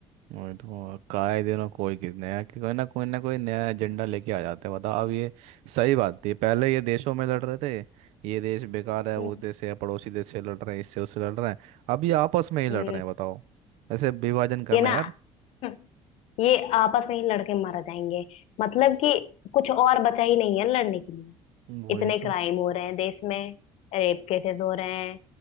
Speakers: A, on the right; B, on the left.
A: वही तो काहे दिनों कोई किस नया कि कोई ना कोई ना कोई नया एजेंडा लेके आ जाते हैं बताओ अब ये सही बात थी पहले ये देशों में लड़ रहे थे ये देश बेकार है
B: हम्म
A: वो देश है पड़ोसी देश से लड़ रहे हैं इससे उससे लड़ रहे हैं अब ये आपस में ही लड़
B: हम्म,
A: रहे हैं बताओ ऐसे विभाजन करना
B: ये ना
A: यार
B: हम्म, ये आपस में ही लड़के मारे जाएंगे मतलब कि कुछ और बचा ही नहीं है लड़ने के लिए
A: वही
B: इतने क्राइम हो रहे हैं देश में रेप केसेस हो रहे हैं